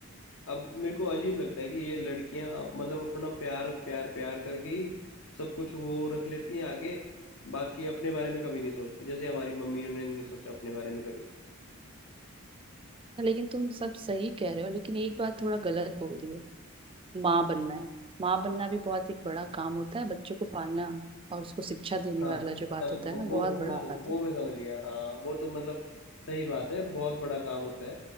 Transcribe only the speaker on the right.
लेकिन तुम सब सही कह रहे हो लेकिन एक बात थोड़ा गलत बोल रही हो माँ बनना है माँ बनना भी बहुत एक बड़ा काम होता है बच्चों को पालना और उसको शिक्षा देने
वाला
जो बात
होता
है ना बहुत
बड़ा बात
है